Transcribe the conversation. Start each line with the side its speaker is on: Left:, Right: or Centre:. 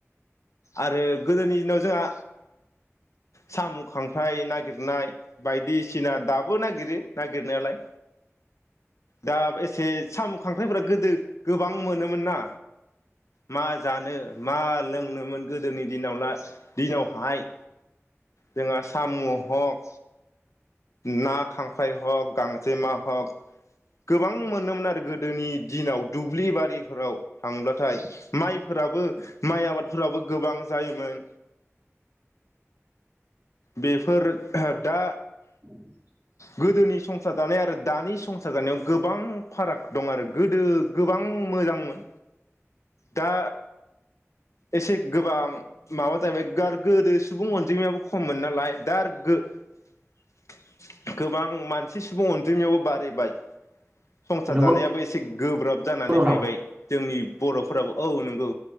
Left: आरो गोदोनि दिनाव जोंहा साम' खांख्राइ नागिर नाय बायदिसिना दाब बो नागिरो ना गिरनायालाय दा एसे सामु खांख्राइफोरा गोदो गोबां मोनोमोन ना, मा जानो मा लोंनोमोन गोदोनि दिनाव दिनावहाय जोंहा साम' हक ना खांख्राइ हक गांजेमा हक गोबां मोनोमोन आरो गोदोनि दिनाव दुब्लि बारिफोराव थांब्लाथाय माइफोराबो माइ आबादफोराबो गोबां जायोमोन बेफोर दा
Right: <inaudible>
Left: गोदोनि संसार जानाय आरो दानि संसार जानायाव गोबां फाराग दं आरो गोदो गोबां मोजांमोन दा एसे गोबां माबा जाहैबाय गोदो सुबुं अनजिमायाबो खममोन नालाय दा आर गो-गोबां मान सि सुबुं अनजिमायावबो बारिबाय संसार
Right: नंगौ
Left: जानायाबो एसे गोब्राब जानानै
Right: नोंथां
Left: फैबाय जोंनि बर'फोराबो औ नोंगौ